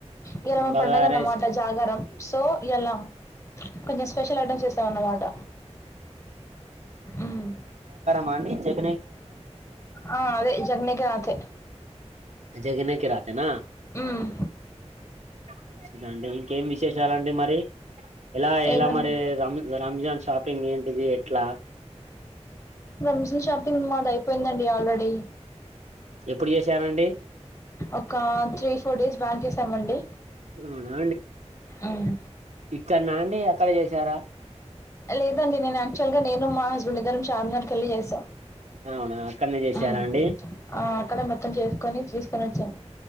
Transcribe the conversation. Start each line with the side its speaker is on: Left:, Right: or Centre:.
Left: ఇయాల మా
Right: బగారా
Left: పండగ అన్నమాట
Right: రైస్
Left: జాగరం సో ఇయాల కొంచెం స్పెషల్ ఐటమ్స్ చేస్తామన్నమాట ఉమ్
Right: మ చె.
Left: ఆ అదే జర్నీ కి రాత్ హే
Right: జగనేకిి రాతేనా
Left: మ్మ్
Right: మంచిదండి ఇంకేం విశేషాలండి మరి ఎలా
Left: ఏమన్నా
Right: ఎల మరి రామ్ రంజాన్ షాప్ ఏంటిది ఎట్లా
Left: రంజాన్ షాపింగ్ మాది అయిపోయిందండి ఆల్రెడీ
Right: ఎప్పుడు చేశారండి
Left: ఒక త్రీ ఫోర్ డేస్ బ్యాక్ చేసామండి
Right: అవునా
Left: ఉమ్మ్
Right: ఇక్కన్నా అండి అక్కడ చేశారా
Left: లేదండి నేను అక్టువాల్గా నేను మా హస్బెండ్ ఇద్దరం చార్మినార్ కెళ్లి చేసాం
Right: అవునా అక్కడనే చేసారా
Left: మ్మ్
Right: అండి
Left: ఆ అక్కడే మొత్తం చేసుకొని తీసుకొని వచ్చాం